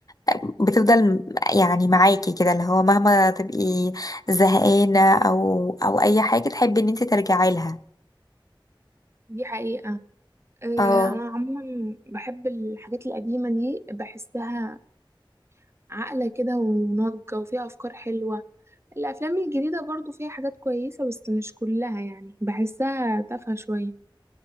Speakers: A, on the left; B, on the right.
A: آه، بتفضل يعني معاكي كده اللي هو مهما تبقي زهقانة او او اي حاجة تحبي ان انت ترجعي لها
B: دي حقيقة آه
A: اه
B: أنا عموما بحب الحاجات القديمة دي بحسها عاقلة كده وناضجة وفيها أفكار حلوة الأفلام الجديدة برضو فيها حاجات كويسة بس مش كلها يعني بحسها تافهة شوية